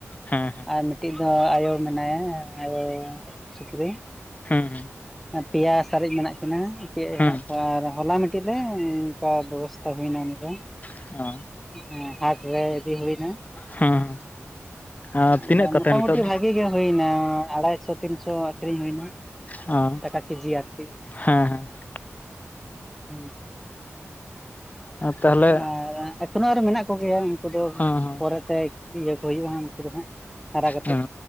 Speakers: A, on the left; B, in the centre.
A: ᱦᱮᱸ
B: ᱟᱨ ᱢᱤᱫᱴᱤᱡ ᱫᱚ ᱟᱭᱳ ᱢᱮᱱᱟᱭᱟ ᱟᱭᱳ ᱥᱩᱠᱨᱤ
A: ᱦᱩᱸ ᱦᱩᱸ
B: ᱯᱮᱭᱟ ᱥᱟᱨᱮᱡ ᱢᱮᱱᱟᱜ ᱠᱤᱱᱟᱹ ᱪᱮᱫ
A: ᱦᱮᱸ
B: ᱦᱮᱱᱟᱜ ᱠᱚᱣᱟ ᱟᱨ ᱦᱚᱞᱟ ᱢᱤᱫᱴᱤᱡ ᱨᱮ ᱚᱱᱠᱟ ᱵᱮᱵᱚᱥᱛᱟ ᱦᱩᱭᱱᱟ ᱩᱱ ᱫᱚ
A: ᱦᱮᱸ
B: ᱦᱮᱸ ᱦᱟᱴ ᱨᱮ ᱤᱫᱤ ᱦᱩᱭᱱᱟ
A: ᱦᱮᱸ ᱦᱮᱸ
B: ᱦᱩᱸ
A: ᱛᱤᱱᱟᱹᱜ ᱠᱟᱛᱮ
B: ᱢᱚᱴᱟ
A: ᱱᱤᱛᱚᱜ
B: ᱢᱩᱴᱤ ᱵᱷᱟᱜᱤ ᱜᱮ ᱦᱩᱭᱱᱟ ᱟᱲᱟᱭᱥᱚ ᱛᱤᱱᱥᱚ ᱟᱹᱠᱷᱨᱤᱧ ᱦᱩᱭᱱᱟ
A: ᱦᱮᱸ
B: ᱮᱠᱟᱠ ᱠᱮᱡᱤ ᱟᱨᱠᱤ
A: ᱦᱮᱸ
B: ᱦᱮᱸ
A: ᱛᱟᱦᱚᱞᱮ
B: ᱟᱨ ᱮᱛᱱᱳᱜ ᱨᱮ ᱢᱮᱱᱟᱜ ᱠᱚᱜᱮᱭᱟ ᱩᱱᱠᱩ ᱫᱚ
A: ᱦᱮᱸ ᱦᱮᱸ
B: ᱯᱚᱨᱮ ᱛᱮ ᱤᱭᱟᱹ ᱠᱚ ᱦᱩᱭᱩᱜ-ᱟ ᱦᱟᱸᱜ ᱱᱩᱠᱩ ᱫᱚ ᱦᱟᱸᱜ ᱦᱟᱨᱟ ᱠᱟᱛᱮᱫ
A: ᱦᱮᱸ